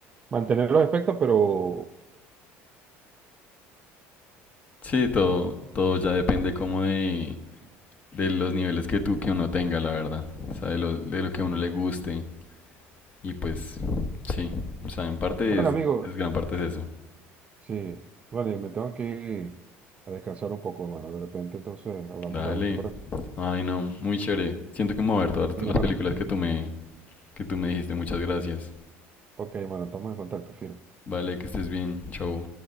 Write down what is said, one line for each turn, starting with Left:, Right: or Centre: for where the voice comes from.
Right: Mantener los efectos, pero
Left: Sí, todo, todo ya depende como de, de los niveles que tú, que uno tenga, la verdad. O sea, de lo, de lo que a uno le guste. Y pues, sí. O sea, en parte
Right: bueno,
Left: es,
Right: amigo,
Left: es gran parte es eso.
Right: sí, vale, me tengo que ir a descansar un poco, hermano. De repente, entonces hablamos
Left: Dale.
Right: luego, ¿te parece?
Left: Ay, no, muy chévere. Siento que me voy a ver todas
Right: Fino,
Left: las
Right: hermano.
Left: películas que tú me, que tú me dijiste. Muchas gracias.
Right: Ok, hermano, estamos en contacto, fino.
Left: Vale, que estés bien. Chau.